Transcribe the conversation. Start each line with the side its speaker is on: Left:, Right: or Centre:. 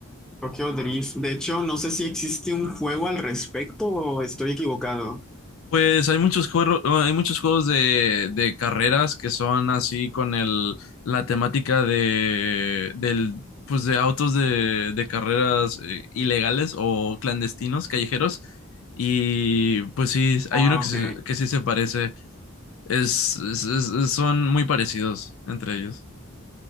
Centre: Tokyo Drift. De hecho, no sé si existe un juego al respecto o estoy equivocado.
Left: Pues hay muchos juegos, hay muchos juegos de, de carreras que son así con el, la temática de, del, pues de autos de, de carreras eh, ilegales o clandestinos, callejeros. Y pues sí,
Centre: Ah,
Left: hay uno que,
Centre: ok.
Left: se- que sí se parece. Es, es- es- son muy parecidos entre ellos.